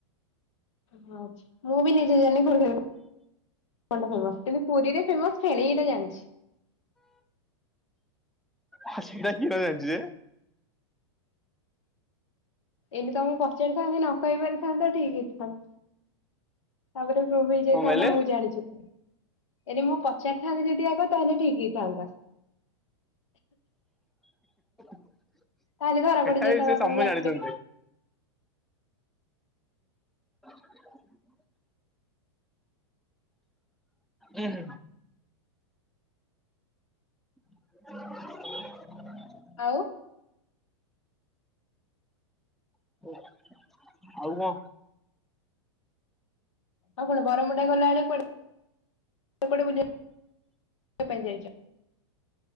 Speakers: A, on the left; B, in the centre.
A: ହଁ ମୁଁ ବି ନିଜେ ଜାଣିନି ଖୋର୍ଦ୍ଧାରେ କଣ ଟା ଫେମସ? କିନ୍ତୁ ପୁରୀରେ ଫେମସ ଫେଣି ଏଇଟା ଜାଣିଛି।
B: ହ ସେଇଟା କିଏ ନ ଜାଣିଛି ଯେ।
A: ଏମିତି ତମକୁ ପଚାରିଥାନ୍ତି ନ କହି ପାରିଥାନ୍ତ ଠିକ ହେଇଥାନ୍ ତାପରେ ପ୍ରୁଭ୍ ହେଇଯାଇଥାନ୍ତା
B: କଣ କହିଲେ
A: ମୁଁ ଜାଣିଛି। <unintelligible> ଏଇନେ ମୁଁ ପଚାରିଥାନ୍ତି ଯଦି ଆଗ ତାହେଲେ ଠିକ୍ ହେଇ ଥାନ୍ତା।
B: ସେଟା <unintelligible>
A: ତାହେଲେ ଧରା ପଡି ଯାଇଥାନ୍ତା
B: ସେ ସମୟ
A: ତମେ ଜାଣିଛ
B: ଜାଣିଛନ୍ତି। <inaudible> ଏ <inaudible> <unintelligible>
A: ଆଉ?
B: ହଉ। ଆଉ କଣ?
A: ଆଉ କଣ ବରମୁଣ୍ଡା ଗଲାବେଳେ କୁଆଡେ କୁଆଡ଼େ ବୁଲିବା ପାଇଁ ଯାଇଛ?